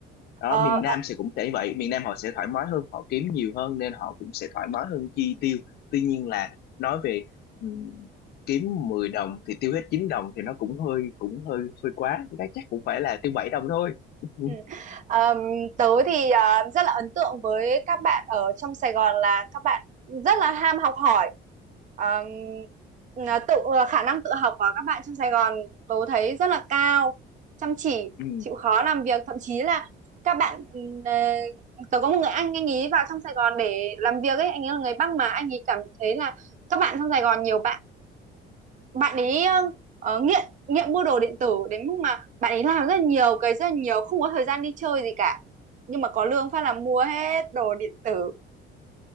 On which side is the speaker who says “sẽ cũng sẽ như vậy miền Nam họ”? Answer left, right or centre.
Left